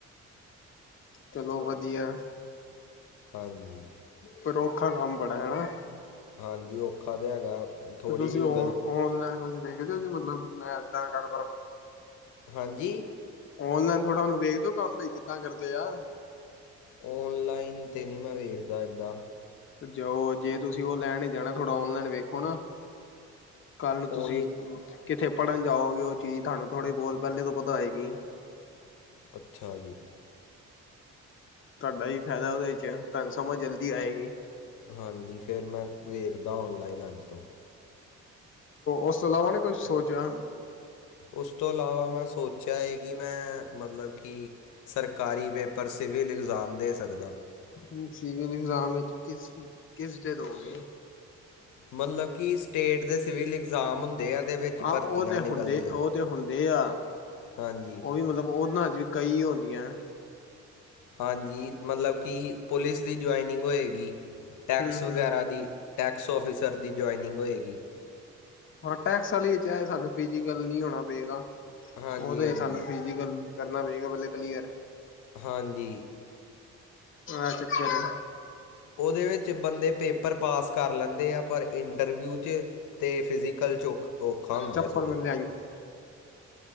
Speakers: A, on the left; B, on the left.
A: ਚਲੋ ਵਧੀਆ
B: ਹਾਂਜੀ
A: ਫਿਰ ਔਖਾ ਕੰਮ ਬੜਾ ਹੈਨਾ
B: ਹਾਂਜੀ ਔਖਾ ਤਾਂ ਹੈਗਾ ਥੋੜ੍ਹੀ
A: ਤੇ ਤੁਸੀਂ
B: ਜਿਹੀ ਵੀ
A: ਓਨਲਾਈਨ
B: ਗਲਤ
A: ਕੁ ਵੇਖਦੇ ਹੋ ਜੇ ਮਤਲਬ ਮੈਂ ਏਦਾਂ ਕਰਦਾ
B: ਹਾਂਜੀ
A: ਔਨਲਾਈਨ ਥੋੜਾ ਉਹਨੂੰ ਵੇਖ ਦੋ ਕੰਮ ਬ ਕਿੱਦਾਂ ਕਰਦੇ ਆ
B: ਔਨਲਾਈਨ ' ਨਹੀਂ ਮੈਂ ਵੇਖਦਾ ਐਡਾ
A: ਜਾਓ ਜੇ ਤੁਸੀਂ ਉਹ ਲੈਣ ਹੀ ਜਾਣਾ ਥੋੜਾ ਓਨਲਾਈਨ ਵੇਖੋ ਨਾ ਕੱਲ ਨੂੰ ਤੁਸੀਂ
B: ਔਨ
A: ਕਿੱਥੇ ਪੜ੍ਹਨ ਜਾਓਗੇ ਉਹ ਚੀਜ਼ ਤੁਹਾਨੂੰ ਥੋੜੀ ਬਹੁਤ ਪੈਲੇ ਤੋਂ ਪਤਾ ਹੈਏਗੀ
B: ਅੱਛਾ ਜੀ
A: ਤੁਹਾਡਾ ਹੀ ਫ਼ਾਇਦਾ ਉਦੇ ਚ ਤੁਹਾਨੂੰ ਸਮਝ ਜਲਦੀ ਆਏਗੀ।
B: ਹਾਂਜੀ ਫਿਰ ਮੈਂ ਵੇਖਦਾ ਔਨਲਾਈਨ ਅੱਜ ਤੋਂ
A: ਉਸ ਤੋਂ ਇਲਾਵਾ ਨੀ ਕੁਛ ਸੋਚਿਆ।
B: ਉਸ ਤੋਂ ਇਲਾਵਾ ਮੈਂ ਸੋਚਿਆ ਏ ਕਿ ਮੈਂ ਮਤਲਬ ਕਿ ਸਰਕਾਰੀ ਪੇਪਰ ਸਿਵਲ ਇਗਜ਼ਾਮ ਦੇ ਸਕਦਾ।
A: ਹਮ ਸਿਵਲ ਇਗਜ਼ਾਮ ਵਿੱਚ ਕਿਸ ਕਿਸ ਦੇ ਦੋ ਗੇ।
B: ਮਤਲਬ ਕਿ ਸਟੇਟ ਦੇ ਸਿਵਲ ਇਗਜ਼ਾਮ ਹੁੰਦੇ ਆ ਅਤੇ ਵਿੱਚ
A: ਹਾਂ
B: ਭਰਤੀਆਂ
A: ਉਹ ਤੇ
B: ਨਿਕਲਦੀਆਂ
A: ਹੁੰਦੇ ਉਹ ਤੇ ਹੁੰਦੇ ਆ
B: ਹਾਂਜੀ
A: ਉਹ ਵੀ ਮਤਲਬ ਉਹਨਾਂ ਚ ਕਈ ਹੁੰਦੀਆਂ।
B: ਹਾਂਜੀ, ਮਤਲਬ ਕਿ ਪੁਲਿਸ ਦੀ ਜੁਆਇਨਿੰਗ ਹੋਏਗੀ ਟੈਕਸ
A: ਹਮ
B: ਵਗੈਰਾ
A: ਹਮ
B: ਦੀ। ਟੈਕਸ ਔਫਿਸਰ ਦੀ ਜੁਆਇਨਿੰਗ ਹੋਏਗੀ।
A: ਹਾਂ, ਟੈਕਸ ਵਾਲੀ ਵਿਚ ਸਾਨੂੰ ਫਿਜੀਕਲ ਨੀ ਹੋਣਾ ਪਏਗਾ
B: ਹਾਂਜੀ
A: ਉਹਦੇ
B: ਹਾਂਜੀ
A: ਹੀ ਸਾਨੂੰ ਫਿਜੀਕਲ ਕਰਨਾ ਪਏਗਾ ਪਹਿਲੇ ਕਲੀਅਰ।
B: ਹਾਂਜੀ
A: ਐ ਚੱਕਰ ਐ।
B: ਉਹਦੇ ਵਿੱਚ ਬੰਦੇ ਪੇਪਰ ਪਾਸ ਕਰ ਲੈਂਦੇ ਆ ਪਰ ਇੰਟਰਵਿਊ 'ਚ ਤੇ ਫਿਜੀਕਲ 'ਚ ਔਖ ਔਖਾ ਹੁੰਦਾ
A: ਚੱਪਲ
B: ਥੋੜ੍ਹਾ।
A: ਮਿਲ ਲਿਆਈ